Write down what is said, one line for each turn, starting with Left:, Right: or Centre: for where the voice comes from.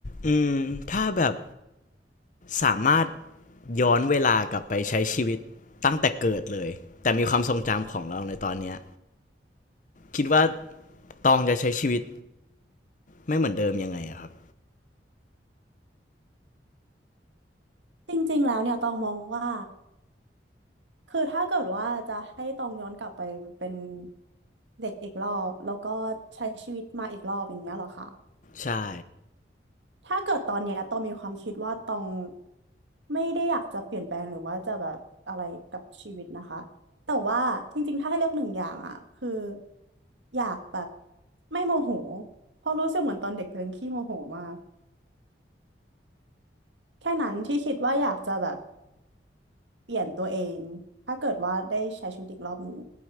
Left: อืมถ้าแบบสามารถย้อนเวลากลับไปใช้ชีวิตตั้งแต่เกิดเลยแต่มีความทรงจำของเราในตอนเนี้ยคิดว่าตองจะใช้ชีวิตไม่เหมือนเดิมยังไงอะครับ
Right: จริงๆแล้วเนี่ยตองมองว่าคือถ้าเกิดว่าจะให้ตองย้อนกลับไปเป็นเด็กอีกรอบแล้วก็ใช้ชีวิตมาอีกรอบอย่างเงี้ยเหรอคะ
Left: ใช่
Right: ถ้าเกิดตอนเนี้ยตองมีความคิดว่าตองไม่ได้อยากจะเปลี่ยนแปลงหรือว่าจะแบบอะไรกับชีวิตนะคะแต่ว่าจริงๆถ้าให้เลือกหนึ่งอย่างอ่ะคืออยากแบบไม่โมโหเพราะรู้สึกเหมือนตอนเด็กตัวเองขี้โมโหมากแค่นั้นที่คิดว่าอยากจะแบบเปลี่ยนตัวเองถ้าเกิดว่าได้ใช้ชีวิตอีกรอบหนึ่ง